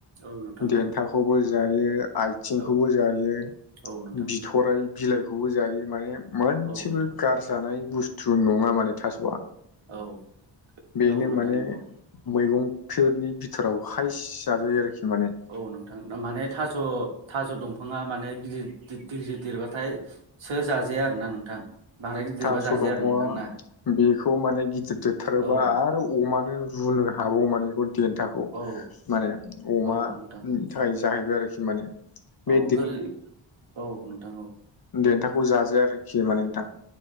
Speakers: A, on the right; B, on the left.
A: औ नोंथां
B: देन्थाखौबो
A: औ
B: जायो आयथिंखौबो
A: औ
B: जायो
A: औ नोंथां
B: बिथ' अराय बिलाइखौबो जायो माने मोनसेबो
A: औ नोंथां
B: गारजा जानाय बुस्थु नङा माने थास'आ
A: औ
B: बेनो
A: औ नोंथां
B: माने
A: नंगौ
B: मैगंफोरनि बिथोराव हाइस जाजायो आरोखि माने
A: औ नोंथां माने थास' थास' दंफाङा माने गिदिर गिदिर देरबाथाय सो जाजाया आरो ना नोंथां बांद्राय गिदिरबा
B: थास'
A: जाजाया
B: दंफंआ
A: आरो नोंथांना
B: बेखौ माने गिदिर देरथारोबा
A: औ
B: आरो अमानो रूनो हाबावो माने बेखौ देन्थाखौ
A: औ
B: माने अमा
A: औ नोंथां
B: फिथाइ जाहैबाय आरोखि माने बे
A: औ गोरलै औ नोंथां औ
B: देनथाखौ जाजाया आरोखि माने नोंथां।